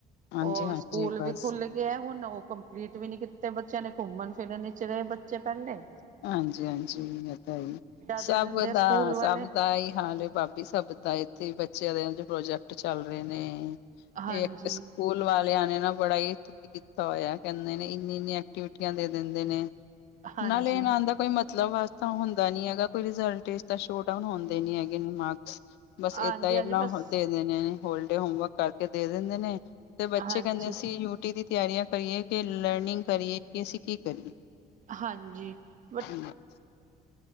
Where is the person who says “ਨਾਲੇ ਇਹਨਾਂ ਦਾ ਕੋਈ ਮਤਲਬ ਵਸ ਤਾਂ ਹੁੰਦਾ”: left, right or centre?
Left